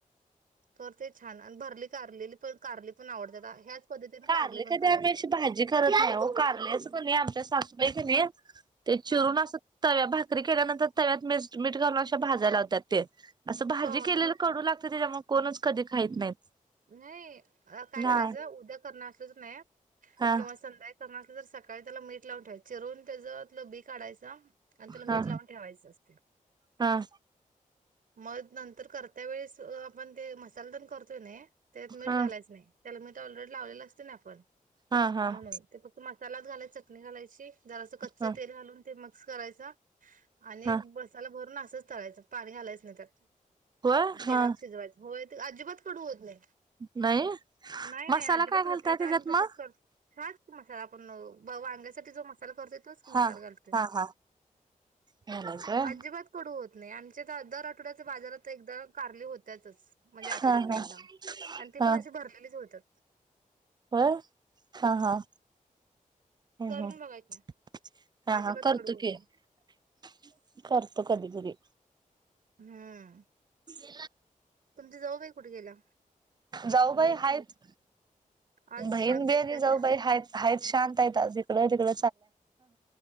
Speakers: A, on the right (about 80°); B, on the right (about 30°).
A: तर ते छान आणि भरली कारलेली पण कारली पण आवडत्यात ह्याच
B: कारले
A: कारली पण
B: कधी
A: करायचं.
B: आम्ही अशी भाजी करत नाही हो कारले असं कोणी अभ्यास <unintelligible> ते चिरून
A: हा.
B: अस तव्या भात कधी केल्यानंतर तव्यात मीस मीठ घालून अश्या भाजाय लावत्यात ते असं भाजी
A: हा
B: केलेलं कडू लाग त त्याजामुळे कोणच कधी खाईत नाहीत
A: न्हाई. अ काय
B: नाय
A: करायचं उद्या करणं असलं की नाय
B: हा
A: किंवा संध्याकाळी करणार तु जर सकाळी त्याला मीठ लावून ठेवायच चिरून त्याज आतल बी काढायच आणि त्याला
B: हा
A: मीठ लावून ठेवायचं असत
B: हा
A: मग नंतर कर त्या वेळेस अ आपण ते मसाल्यातून करतोय नये त्यात मीठ
B: हा
A: घालायचं नाइ. त्याला मीठ ऑलरेडी लावलेल असते ना, आपण
B: हा हा
A: म्हणून ते फक्त मसालात घालायच चटणी घालायची जरासं कच्च
B: हा
A: तेल घालून ते मग सरायचा आणि
B: हा
A: मसाला भरून अस. सच तळायच पाणी घालायच नाही त्यात
B: होय हा
A: तेलात शिजवायचं होय अजिबात कडू होत नाही.
B: नाही
A: नाही नाही
B: मसाला
A: अजिबात
B: काय घालताय
A: होत नाही तर
B: त्याच्यात
A: आम्ही तसंच
B: मग
A: करतो हाच मोठा व आपण वांग्याच्या त तिय जो मसाल करतोय तोच
B: हा
A: मसाला घालतोयअजिबात
B: हा हा घालायचं होय
A: कडू होत नाही आमच्या त दर आठवड्याचे बाजारात एकदा कारली होती. त्याचच म्हणजे आठवडत
B: हा
A: नाही
B: हा
A: एकदा. आणि ते
B: हा
A: पण अशी भरलेलीच होतात.
B: होय हा हा हम्म
A: करून
B: हम्म
A: बघा की
B: हा
A: अजिबात
B: हा करतोकी
A: कडू होत नाही
B: ते करतो कधी कधी.
A: हम्म
B: <unintelligible>
A: तुमची जाऊबाई कुठे गेल्या
B: जाऊबाई
A: बहीण
B: हायच
A: तुम्ही आज
B: बहीण
A: शांत
B: बी
A: आहेत
B: आणि
A: का
B: जाऊबाई
A: त्या
B: हा हाच शांत आहेत आज इिकड तिकड